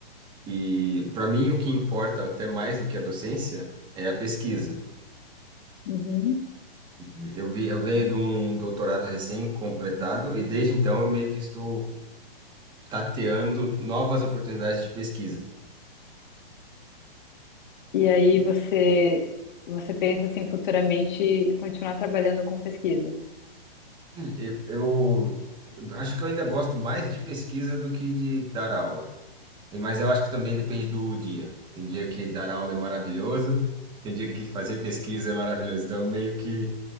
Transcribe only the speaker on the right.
e para mim o que importa até mais do que a docência é a pesquisa.
E eu vi, eu venho de um doutorado recém-completado e desde então eu meio que estou tateando novas oportunidades de pesquisa.
E
eu, eu acho que eu ainda gosto mais de pesquisa do que de dar aula. E- Mas eu acho que também depende do dia. Tem dia que dar aula é maravilhoso, tem dia que fazer pesquisa é maravilhoso. Então, eu meio que